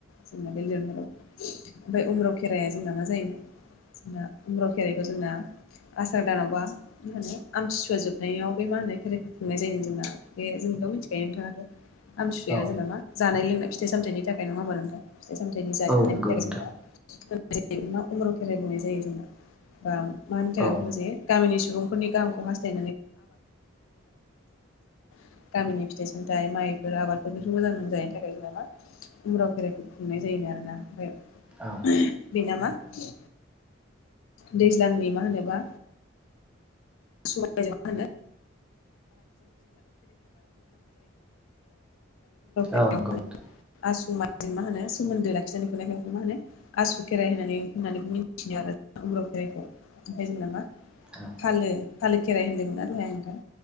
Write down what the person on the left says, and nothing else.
जोंना बे लेरनाय राव ओमफ्राय उम्रु खेराइाया जोंना मा जायो जोंना उम्रु खेराइखौ जोंना आसार दानावबा मा होनो आमथिसुवा जोबनायाव बे मा होनो खेराइखौ खुंनाय जायो जोंना बे जोंथ' मिथिखायो नोंथाङाथ आमथिसुवाया
जोंना मा जानाय लोंनाय फिथाइ सामथाइनि थाखाय नङा होमबा नोंथां फिथाइ सामथाइनि जानाय
लोंनायनि
थाखाय
जोंना होन जायो मा उमरु खेराइ बुंनाय जायो जोना ओ मा होनो
खायजे गामिनि सुबुंफोरनि गाहामखौ हास्थाय <unintelligible> गामिनि फिथाइ सामथाइ माइफोर आबादफोरफोरखौथ' मोजां मोनो जायनि थाखाय जों मा उम्राव खेराइखौ खुंनाय जायो आरोना ओमफ्राय
<unintelligible> दैज्लांनि मा होनोबा सबायजों मा होनो <unintelligible>
<unintelligible> आसु खेराइ होननानै होननानै मिथिनो आरो उम्रु खेराइखौ ओमफ्राय जोंना मा
फालो फालो खेराइ होन्दोंमोनना दहाय आं नोंथां